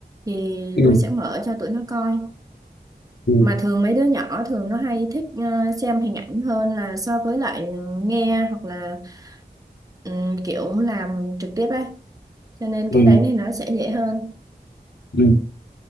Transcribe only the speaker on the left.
ừ.
Ừ.
ừ,
ừ,